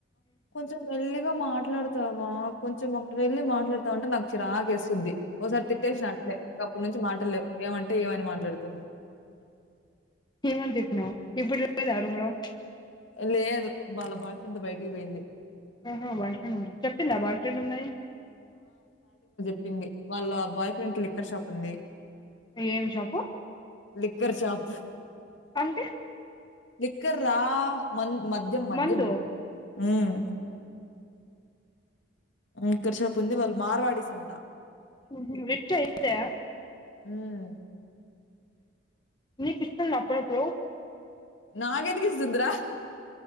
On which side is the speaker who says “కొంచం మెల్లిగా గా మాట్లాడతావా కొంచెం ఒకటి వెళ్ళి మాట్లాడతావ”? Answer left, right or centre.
Left